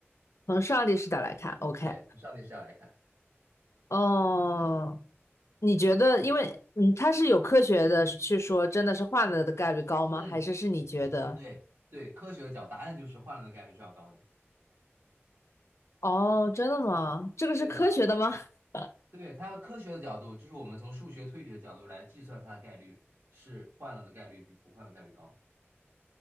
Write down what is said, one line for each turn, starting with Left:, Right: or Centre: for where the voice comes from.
Left: 从上帝视角来看，OK，
Right: 对，从上帝视角来看，
Left: 哦，你觉得，因为嗯，它是有科学的去说，真的是换了的概率高吗？
Right: 嗯，
Left: 还是是你觉得？
Right: 对对，科学的角，答案就是换了的概率是要高的。
Left: 哦，真的吗？这个是科学的吗？
Right: 对的，
Left: <laughs>
Right: 对，它的科学的角度，就是我们从数学推理的角度来计算它的概率是换了的概率比不换的概率高。